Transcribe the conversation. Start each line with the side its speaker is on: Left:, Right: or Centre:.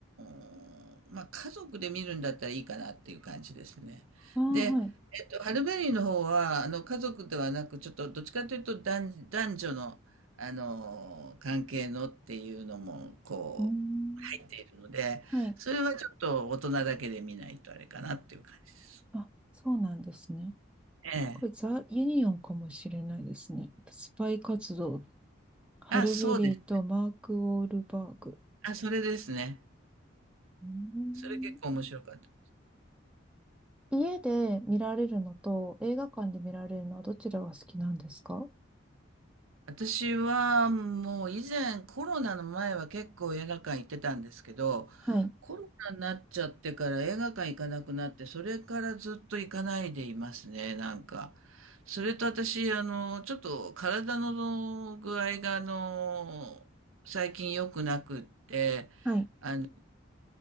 Right: ーまあ、家族で見るんだったらいいかなっていう感じですね。
Centre: ああ、
Right: で、
Centre: はい。
Right: えっと、ハルベリーの方は、あの、家族ではなく、ちょっと、どっちかというと男、男女の、あのー関係のっていうのも、こう、
Centre: うーん
Right: 入っているので、
Centre: はい。
Right: それはちょっと大人だけで見ないとあれかなっていう感じです。
Centre: あ、そうなんですね。
Right: ええ。
Centre: これザ・ユニオンかもしれないですね。スパイ活動。ハルベリーとマーク・
Right: あ、そうです。
Centre: ウォールバーグ。
Right: あ、それですね。
Centre: うーん
Right: それ結構面白かった。
Centre: 家で見られるのと映画館で見られるのはどちらが好きなんですか
Right: 私はもう以前コロナの前は結構映画館行ってたんですけど、
Centre: はい。
Right: コロナになっちゃってから映画館行かなくなって、それからずっと行かないでいますね、なんか。それと私、あの、ちょっと体の具合が、あの、最近良くなくって、
Centre: はい。
Right: あの、